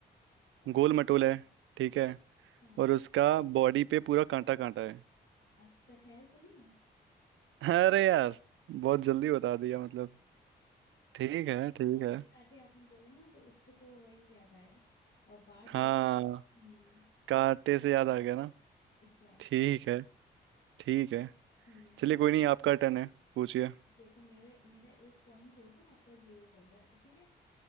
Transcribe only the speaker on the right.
गोल मटोल है ठीक है
और उसका बॉडी पे पूरा कांटा कांटा है
अरे यार बहुत जल्दी बता दिया मतलब ठीक
है
ठीक
है
हाँ
कांटे से याद आ गया ना
ठीक है ठीक है
चलिए कोई नहीं आपका टर्न है पूछिए